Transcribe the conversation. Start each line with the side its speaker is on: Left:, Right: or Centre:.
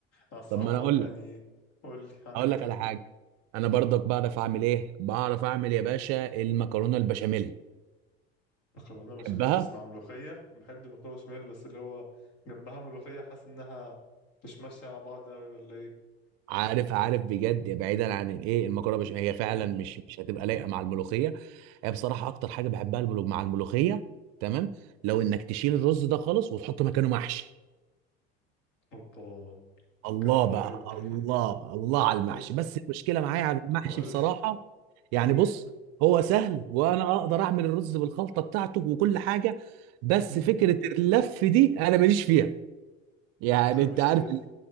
Left: أنا الصراحة
Right: طب ما انا
Left: برضه
Right: اقول لك
Left: يعني قول لي عندك
Right: اقول
Left: إيه
Right: لك
Left: تاني؟
Right: على حاجه انا برضك بعرف اعمل ايه بعرف اعمل يا باشا المكرونه البشاميل
Left: مكرونة بشاميل
Right: تحبها
Left: بس مع ملوخية بحب المكرونة بشاميل بس اللي هو جنبها ملوخية حاسس إنها مش ماشية مع بعض أوي ولا إيه؟
Right: عارف عارف بجد بعيدا عن الايه المكرونه البشاميل هي فعلا
Left: مم.
Right: مش مش هتبقى لايقه مع الملوخيه هي بصراحه اكتر حاجه بحبها الملو... مع الملوخيه تمام لو انك تشيل الرز ده خالص وتحط مكانه محشي
Left: اوبا
Right: الله
Left: كده موضوع
Right: بقى
Left: كبر
Right: الله الله على المحشي
Left: إنت
Right: بس المشكله معايا على المحشي
Left: قول
Right: بصراحه
Left: لي
Right: يعني
Left: إيه؟
Right: بص هو سهل وانا اقدر اعمل الرز بالخلطه بتاعته وكل حاجه بس
Left: مم.
Right: فكره اللف دي انا ماليش فيها يعني
Left: مش
Right: انت عارف
Left: تلف